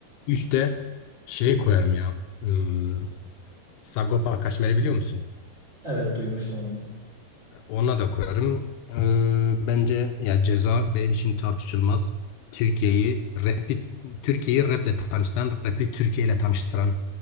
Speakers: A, on the left; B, on the right.
A: Üçte şey koyarım ya. Hmm, Sagopa Kajmer'i biliyor musun?
B: Evet duymuştum onu.
A: Ona da koyarım. Ee, bence ya ceza benim için tartışılmaz. Türkiye'yi rapi, Türkiye'yi raple tanıştıran, rapi Türkiye ile tanıştıran